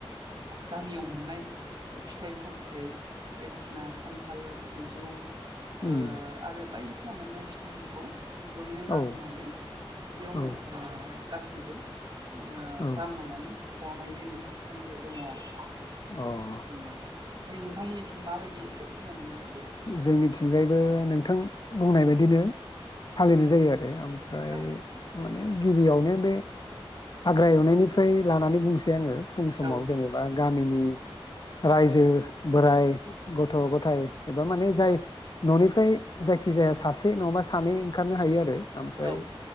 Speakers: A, on the right (about 45°); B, on the left (about 45°).
A: गामियाव मोन मोननाय फिथाइ सामथाय बायदिसिना बिना खान्थाल थाइजौ ओ
B: उम,
A: आरो बायदिसि हानना मोननाय फिथाइफोरखौ जयैनो
B: औ
A: लाबोनानै बेयावनो
B: औ
A: ओ गासैबो ओ
B: औ
A: रानलायनानै जानाय बे मोनसे खान्थिया दङ आरो
B: अ ।
A: उम ओमफ्राय नोंथांमोननिथिं माबायदि एसे फोरमायनानै हो
B: जोंनिथिंजायबो नों नोंथां बुंनाय बायदिनो फालिनाय जायो आरो आरो ओमफ्राय
A: औ
B: माने गिबियावनो बे हाग्रा एवनायनिफ्राय लानानै बुंसै आङो फुं समाव
A: औ
B: जेनेबा गामिनि रायजो बोराइ गथ' ग'थाय एबा माने जाय न'निफ्राय जायखि जाया सासे नङाबा सानै ओंखारनो हायो आरो ओमफ्राय
A: औ